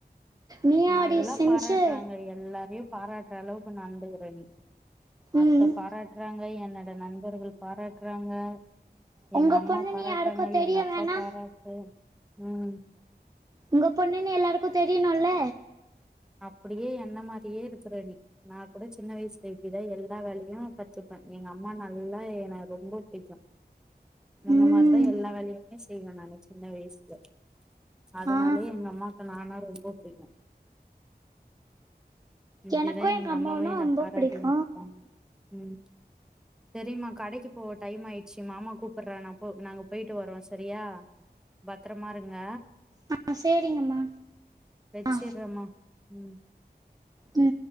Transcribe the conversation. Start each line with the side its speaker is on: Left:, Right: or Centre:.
Right: நீயாடி
Centre: நல்லா
Right: செஞ்ச
Centre: பாராட்றாங்க எல்லாரையு பாராட்ற அளவுக்கு நந்துக்குற நீ
Right: ம்
Centre: அத்த பாராட்றாங்க என் என்னோட நண்பர்கள் பாராட்றாங்க
Right: உங்க
Centre: எங்க அம்மா
Right: பொண்ணுன்னு
Centre: பாராட்றாங்க
Right: யாருக்கு தெரிய
Centre: எங்க அப்பா
Right: வேணா
Centre: பாராட்டு ம்
Right: உங்க பொண்ணுன்னு எல்லாருக்கு தெரியிணுல்ல
Centre: அப்டியே என்ன மாரியே இருக் த்துற நீ நா கூட சின்ன வயிசுல இப்டிதா எல்லா வேலையு கத்துப்ப எங்க அம்மா நல்லா என ரொம்ப பிடிக்கு உன்ன
Right: ம்
Centre: மாரிதா எல்லா வேலையுமே செய்வ நானு சின்ன வயிசுல அதனாலயே
Right: ஆ
Centre: எங்க அம்மாவுக்கு நானா ரொம்ப பிடிக்கு இப்டிதா
Right: எனக்கு
Centre: எங்க
Right: அம்மாவுனா
Centre: அம்மாவு என்ன
Right: ரொம்ப
Centre: பாராட்டின்
Right: புடிக்கு
Centre: இருப்பாங்க ம் சேரிம்மா கடைக்கு போவோ டைம் ஆயிடுச்சு மாமா கூப்புறான்னா இப்போ நாங்க போயிட்டு வர்றோ செரியா பத்ரமா இருங்க
Right: ஆ சேரிங்கம்மா
Centre: வச்சிட்றேம்மா
Right: ஆ
Centre: ம்
Right: ம்